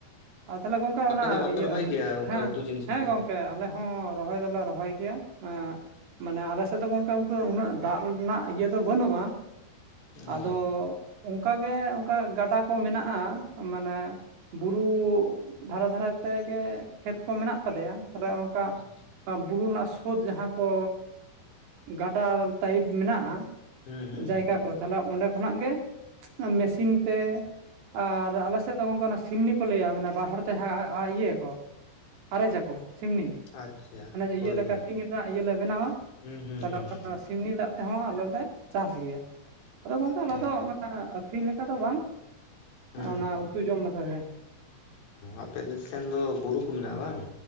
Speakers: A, on the right (about 60°); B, on the left (about 60°).
A: ᱟ ᱛᱟᱦᱚᱞᱮ ᱜᱚᱝᱠᱮ
B: ᱟᱯᱮ
A: ᱚᱱᱟ
B: ᱫᱚ ᱵᱟᱯᱮ
A: ᱤᱭᱟᱹ
B: ᱨᱚᱦᱚᱭ
A: ᱟᱹᱠᱷᱨᱤᱧ,
B: ᱜᱮᱭᱟ ᱚᱱᱠᱟ
A: ᱦᱮᱸ
B: ᱩᱛᱩ ᱡᱤᱱᱤᱥ
A: ᱦᱮᱸ
B: ᱠᱚᱫᱚ
A: ᱜᱚᱝ ᱠᱮ ᱟᱞᱮ ᱦᱚᱸ ᱨᱚᱦᱚᱭ ᱫᱚᱞᱮ ᱨᱚᱦᱚᱭ ᱜᱮᱭᱟ ᱢᱟᱱᱮ ᱟᱞᱮᱥᱮᱫ ᱫᱚ ᱜᱚᱝᱠᱮ ᱩᱱᱠᱟ ᱩᱱᱟᱹᱜ ᱫᱟᱜ ᱨᱮᱱᱟᱜ ᱤᱭᱟᱹ ᱫᱚ ᱵᱟᱹᱱᱩᱜᱼᱟ
B: ᱚ
A: ᱟᱫᱚ ᱚᱱᱠᱟ ᱜᱮ ᱚᱱᱠᱟ ᱜᱟᱰᱟ ᱠᱚ ᱢᱮᱱᱟᱜᱼᱟ᱾ ᱢᱟᱱᱮ ᱵᱩᱨᱩ ᱫᱷᱟᱨᱮ ᱫᱷᱟᱨᱮ ᱛᱮᱜᱮ ᱠᱷᱮᱛ ᱠᱚ ᱢᱮᱱᱟᱜ ᱛᱟᱞᱮᱭᱟ ᱛᱟᱦᱚᱞᱮ ᱠᱟ
B: ᱟᱪᱪᱷᱟ
A: ᱟᱵ <inaudible> ᱵᱩᱨᱩ ᱨᱮᱱᱟᱜ ᱥᱳᱫᱷ ᱡᱟᱦᱟᱸ ᱠᱚ ᱜᱟᱰᱟ ᱴᱟᱭᱤᱯ ᱢᱮᱱᱟᱜᱼᱟ
B: ᱦᱩᱸ ᱦᱩᱸ
A: ᱡᱟᱭᱜᱟ ᱠᱚ ᱛᱟᱞᱦᱮ ᱚᱸᱰᱮ ᱠᱷᱚᱱᱟᱜ ᱜᱮ ᱢᱮᱥᱤᱱ ᱛᱮ ᱟᱨ ᱟᱞᱮ ᱥᱮᱫ ᱫᱚ ᱜᱚᱝᱠᱮ ᱚᱱᱟ ᱥᱤᱢᱱᱤ ᱠᱚ ᱞᱟᱹᱭᱟ ᱢᱟᱱᱮ ᱵᱟᱨ ᱦᱚᱲᱛᱮ ᱤᱭᱟᱹᱭᱟᱠᱚ ᱟᱨᱮᱡᱟᱠᱚ ᱥᱤᱢᱱᱤ
B: ᱟᱪᱪᱷᱟ
A: ᱢᱟᱱᱮ
B: ᱦᱳᱭ
A: ᱤᱭᱟᱹ ᱞᱮᱠᱟ
B: ᱦᱳᱭ
A: ᱴᱤᱝ ᱨᱮᱱᱟᱜ ᱤᱭᱟᱹ ᱞᱮ ᱵᱮᱱᱟᱣᱟ
B: ᱦᱩᱸ ᱦᱩᱸ
A: ᱛᱟᱦᱞᱮ
B: ᱦᱩᱸ
A: ᱚᱱᱟ ᱥᱤᱢᱱᱤ ᱫᱟᱜ ᱛᱮᱦᱚᱸ ᱟᱞᱮ ᱪᱟᱥ ᱜᱮᱭᱟ ᱟᱫᱚ ᱜᱚᱝᱠᱮ ᱟᱞᱮ
B: ᱦᱩᱸ
A: ᱫᱚ ᱟᱹᱠᱷᱨᱤᱧ ᱞᱮᱠᱟ ᱫᱚ ᱵᱟᱝ
B: ᱦᱩᱸ
A: ᱚᱱᱟ
B: ᱦᱩᱸ
A: ᱩᱛᱩ ᱡᱚᱢ ᱞᱮᱠᱟᱜᱮ
B: ᱟᱯᱮ ᱥᱮᱱ ᱫᱚ ᱵᱩᱨᱩ ᱠᱚ ᱢᱮᱱᱟᱜᱼᱟ ᱵᱟᱝ